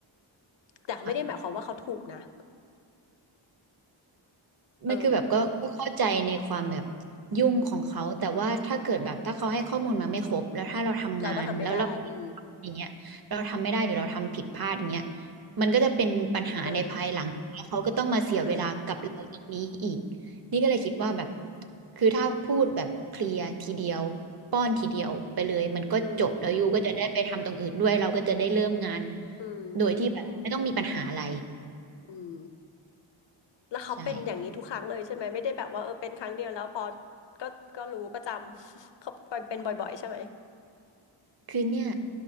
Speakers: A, on the left; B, on the right.
A: แต่เขาไม่ได้หมายความว่าเขาถูกนะ
B: อ่ะ
A: <laughs>
B: ไม่คือแบบก็ก็เข้าใจในความแบบ
A: เออ
B: ยุ่งของเขาแต่ว่าถ้าเกิดแบบถ้าเขาให้ข้อมูลมาไม่ครบแล้วถ้าเราทำงานแล้วเรา
A: เราก็ทำไม่ได้อืม
B: อย่างเงี้ยเราทำไม่ได้หรือเราทำผิดพลาดอย่างเงี้ยมันก็จะเป็นปัญหาในภายหลังแล้วเขาก็ต้องมาเสียเวลากับเราตรงนี้อีก
A: เออเออ
B: นี่ก็เลยคิดว่าแบบคือถ้าพูดแบบเคลียร์ทีเดียวป้อนทีเดียวไปเลยมันก็จบแล้วยูก็จะได้ไปทำตรงอื่นด้วยเราก็จะได้เริ่มงาน
A: อืมอืม
B: โดยที่แบบไม่ต้องมีปัญหาอะไร
A: อืมแล้วเขาเป็นอย่างนี้ทุกครั้งเลยใช่ไหมไม่ได้แบบว่าเออเป็นครั้งเดียวแล้วพอ
B: ใช่
A: ก็ก็รู้ก็จำ <laughs> เขาเป็นบ่อยๆใช่ไหม
B: คือเนี่ย